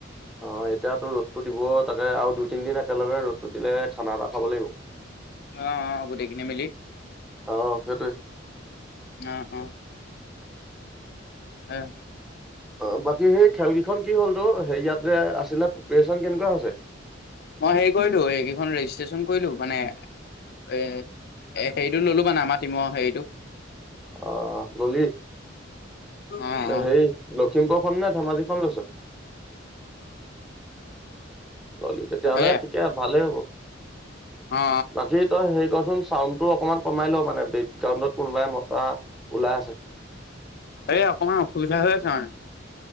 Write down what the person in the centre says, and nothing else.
অ' এতিয়াতো ৰ'দটো দিব তাকে আৰু দুই তিনদিন একেলগে ৰ'দতো দিলে খানা এটা খাব লাগিব।
অ' সেইটোৱে।
অ', বাকী সেই খেল কেইখন কি হ'লনো হেৰি ইয়াত যে আছিলে প্ৰিপৰেচন কেনেকুৱা হৈছে।
অ' ল'লি?
হেৰি লখিমপুৰৰখন
নে ধেমাজিখন লৈছ। ল'লি তেতিয়াহ'লে
ঠিকে ভালেই হ'ব।
বাকী তই হেৰি কচোন চাউণ্ডটো অকমান কমাই লওঁ মানে বেকগ্ৰাউণ্ডত কোনোবাই মতা ওলাই আছে।